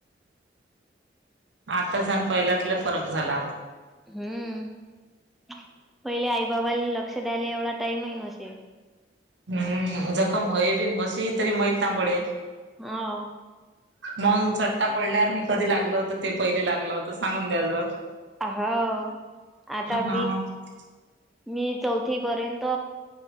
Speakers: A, on the right; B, in the centre.
A: आताचा अण पहिल्यात लय फरक झाला.
B: हम्म पहिले आई बाबा आले लक्ष द्यायले एवढा टाईमही नसे.
A: हम्म जखम होय. बिन बसे ही तरी माहीत ना पडे
B: हाव
A: मग चट्टा पडल्यावर हे कधी लागलं होतं! ते पहिले लागलं होतं. सांगून द्याच
B: हाव आता
A: हा
B: मी मी चौथी पर्यंत